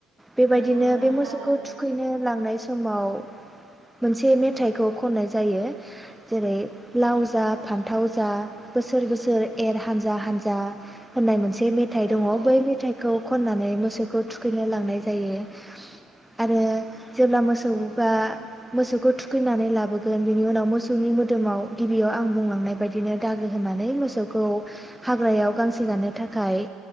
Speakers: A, in the centre; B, on the right.
A: बेबायदिनो
B: नंगौ नोंथां
A: बे मोसौखौ
B: थारैनो
A: थुखैनो लांनाय समाव मोनसे मेथाइखौ खननाय जायो जेरै लाव जा फान्थाव जा बोसोर बोसोर एर हानजा हानजा होनाय मोन मोनसे मेथाइ
B: नंगौ
A: दङ बै मेथाइखौ खननानै मोसौखौ थुखैनो लांनाय जायो आरो जेब्ला मोसौआ मोसौखौ थुखैनानै लाबोगोन बेनि उनाव मोसौनि मोदोमाव गिबियाव आं बांलांनाय बायदिनो दागो होनानै मोसौखौ हाग्रायाव गांसो जानो थाखाय